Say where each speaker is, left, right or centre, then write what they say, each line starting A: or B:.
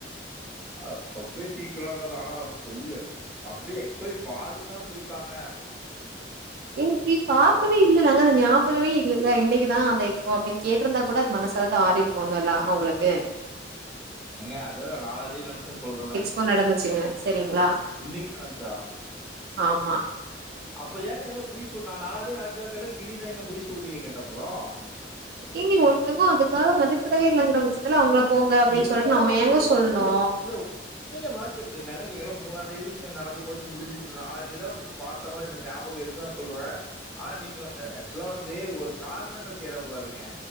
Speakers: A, in the centre; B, on the right (about 55°).
A: அது சர்ப்ரேஸ் ஈக்குவல் ஆகாது ஆனா அவுங்க சொல்லி அவுங்க போய் எக்ஸ்பே பாருன்னு தான சொல்லிட்டாங்க
B: ஏங்க பேய் பாக்கவே இல்லலங்கா அந்த நியாபகமே இல்லல இன்னைக்குதா அந்த எக்ஸ்போ அப்டின் கேட்ருந்தா கூட அது மனசாவது ஆரிருக் குங்கலா அவங்களுக்கு
A: ஏங்க அதுதா நாலந்தேதி நடந்ச்சுனு சொல்றேலங்க
B: போ நடந்துச்சுங்க சரிங்ளா
A: இன்னைக் நடந்ச்சா
B: ஆமா
A: அப்றோ ஏங்க இந்த மார் பொய் சொல் நா நாலாந்தேதி நடக்குதான் கேட்டக் இல்லினு ஏங்க பொய் சொல்றீங்க எங்கிட்ட அப்றோ
B: ஏங்க ஒருத்தவங்க அதுக்காக மெனக்கடவே இல்லங்குற பட்ச்ச த்துல அவங்கள போங்க அப்டின்
A: என்னங்க
B: சொல்ட்டு நம்ம
A: ஒரு
B: ஏங்க சொல்ணு
A: ஒரு சி இல்ல என்னங்க வாக்கில் நா என்ன கேக்குற மூணா தேதி ந நடந்து போச்சு முடிஞ்சிருச்சு நாலாந்தேதிதான பாத்த மாதி எனக்கு நியாபகோ இருக்குனுதா சொல்ற ஆனா நீங்க அ ஆக்சுவலா வந்து ஒரு காரணங்கள் தேடக்கூடாதுங்க